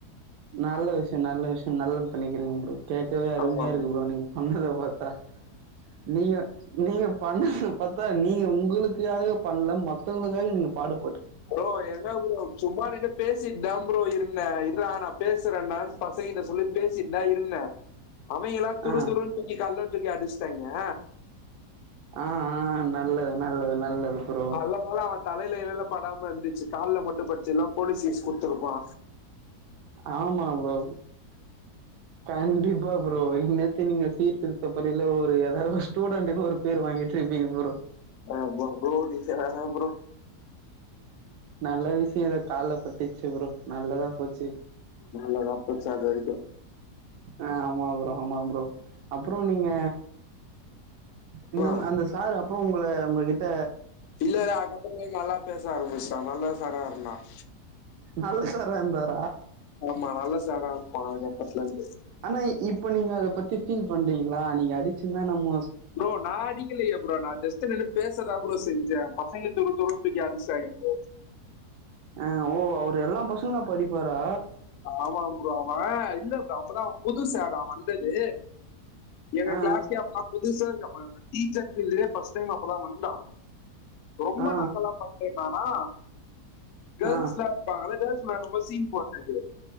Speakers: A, on the right (about 85°); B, on the left (about 65°).
A: நல்ல விஷயம் நல்ல விஷயம் நல்லது பண்ணிக்கிறங்க ப்ரோ கேட்கவே அருமையா
B: ஆமா
A: இருக்கு ப்ரோ நீங்க பண்ணத பாத்தா நீங்க நீங்க பண்ணது பாத்தா நீங்க உங்களுக்காக பண்ல மத்தவங்களுக்காக நீங்க பாடு
B: ப்ரோ என்ன ப்ரோ சும்மாநிண்டு பேசிட்தான் ப்ரோ இருந்தே இர்ரா நான் பேசுறேன்டானு பசங்கிட்ட சொல்லிட்டு பேசிட்டு தான் இருந்தே அவங்கெல்லா துரு
A: ஆ
B: துருன்னு தூக்கி கல்ல தூக்கி அடிச்ட்டாங்கே
A: ஆ ஆ ஆ நல்லது நல்லது நல்லது ப்ரோ
B: நல்லகால அவ தலையிலகிலைல படாம இருந்துச்சு கால்ல மட்டும் பட்டுச்சு இல்லன்னா போலீஸ் கேஸ் குடுத்துருப்பா
A: ஆமாம் ப்ரோ கண்டிப்பா ப்ரோ ப்ரோ இந்நேரத்துக்கு நீங்க சீர்திருத்த பள்ளில ஒரு ஏதாவது ஒரு ஸ்டூடண்ட்டுன்னு ஒரு பேர் வாங்கிட்டு இருப்பீங்க ப்ரோ
B: அ ப்ரோ ப்ரோ டிசைன் வேனா ப்ரோ
A: நல்ல விஷயம் இது கால்ல பட்டிச்சு ப்ரோ நல்லதா போச்சு
B: நல்லதா போச்சு அது வரைக்கு
A: அ ஆமா ப்ரோ ஆமா ப்ரோ அப்புறோ நீங்க இந்தம்
B: ஆ
A: அந்த சாரு அப்போ உங்கள உங்க கிட்ட
B: இல்ல இல்ல அதுக்கப்புறம் நல்லா பேச ஆரம்பிஷ்டா நல்ல சாரா இருந்தான்
A: நல்ல சாராருந்தார்
B: ஆமா நல்லா சரா இருப்பான் அதுகப்பத்துல இருந்து
A: ஆனா இப்ப நீங்க அத பத்தி ஃபீல் பன்றீங்களா நீங்க அடிச்சுதான் நம்மோ
B: ப்ரோ நான் அடிக்கலையே ப்ரோ நான் ஜஸ்ட் நின்னு பேசதா ப்ரோ செஞ்சேன் பசங்க தூரு தூரு தூக்கி அடிஷ்டாங்கே ப்ரோ
A: ஆஹ் ஓ அவரு எல்லாம் பசங்களு அப்போ அடிப்பாரா
B: ஆமா ப்ரோ அவன் இல்ல ப்ரோ அப்பதான் அவன் புதுசு அவன் வந்தது எங்க
A: ஆ
B: கிளாஸ்ளையே அவன்தான் புதுசாருந்தான் டீஷர்ட்லியே ப்ர்ஸ்ட் டைம் அப்பதான் வந்தான் ரொம்ப
A: ஆ
B: நக்கலா பண்ணினா ஆ கேர்ள்ஸ்லா
A: ஆ ஆ
B: இருப்பாங்கள கேர்ள்ஸ் முன்னாடி ரொம்ப சீன் போடுறது